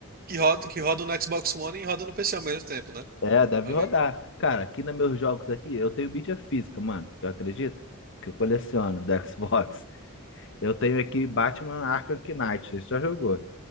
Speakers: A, on the right; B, on the left.
A: que roda, que roda no Xbox One e roda no PC ao mesmo tempo, né?
B: É, deve
A: Pra
B: rodar.
A: mim.
B: Cara, aqui nos meus jogos aqui, eu tenho mídia física, mano. Tu acredita? Que eu coleciono da <laughs> Xbox. Eu tenho aqui Batman Arkham Knight. Você já jogou?